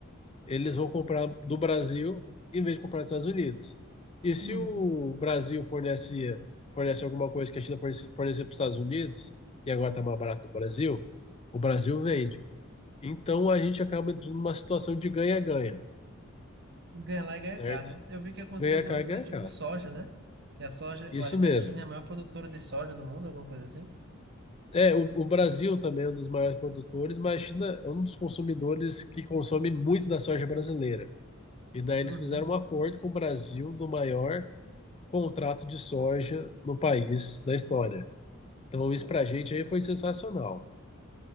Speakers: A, on the left; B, on the right.
A: eles vão comprar do Brasil em vez de comprar dos Estados Unidos. E se
B: Uhum.
A: o Brasil fornecia, fornece alguma coisa que a China fornece fornecia para os Estados Unidos, e agora está mais barato do Brasil, o Brasil vende. Então a gente acaba entrando numa situação de ganha-ganha,
B: Ganha lá e ganha
A: certo?
B: cá, né? Eu vi que aconteceu
A: Ganha
B: algumas
A: cá, ganha
B: coisas tipo
A: cá.
B: soja, né? Que a soja,
A: Isso
B: eu acho
A: mesmo.
B: que a China é a maior produtora de soja do mundo, alguma coisa assim.
A: É, o, o Brasil também é um dos maiores produtores, mas a China é um dos consumidores que consome muito da soja brasileira. E daí eles
B: Uhum.
A: fizeram um acordo com o Brasil do maior contrato de soja no país da história. Então isso pra gente aí foi sensacional.